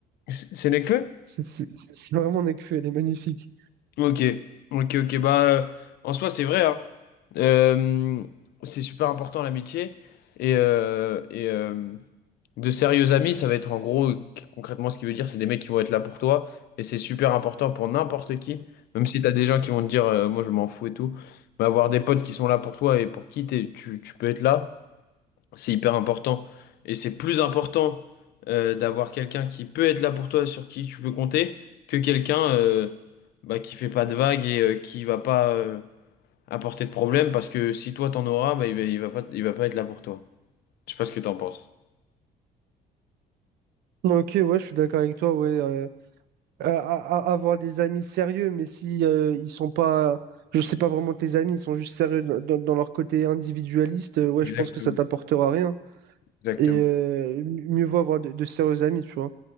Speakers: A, on the left; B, on the right.
A: C'est c'est Nekfeu?
B: C'est c'est- c'est- c'est vraiment Nekfeu, elle est magnifique.
A: Ok, ok, ok. Bah, euh, en soi, c'est vrai, hein. Euh, c'est super important l'amitié. Et, euh, et euh, de sérieux amis, ça va être en gros, concrètement, ce qui veut dire, c'est des mecs qui vont être là pour toi. Et c'est super important pour n'importe qui. Même si t'as des gens qui vont te dire, euh, moi, je m'en fous et tout. Mais avoir des potes qui sont là pour toi et pour qui t'es- tu, tu peux être là. C'est hyper important. Et c'est plus important euh, d'avoir quelqu'un qui peut être là pour toi, sur qui tu peux compter, que quelqu'un euh, bah, qui fait pas de vagues et euh, qui va pas euh, apporter de problème, parce que si toi t'en auras, bah, il va, il va pas, il va pas être là pour toi. Je sais pas ce que t'en penses.
B: Ok, ouais, je suis d'accord avec toi. Ouais, euh, euh, à- à- avoir des amis sérieux, mais si euh, ils sont pas, je sais pas vraiment tes amis, ils sont juste sérieux dans, dans- dans leur côté individualiste, euh, ouais,
A: Exactement,
B: je pense que ça t'apportera rien.
A: exactement.
B: Et euh, m- mieux vaut avoir de, de sérieux amis, tu vois.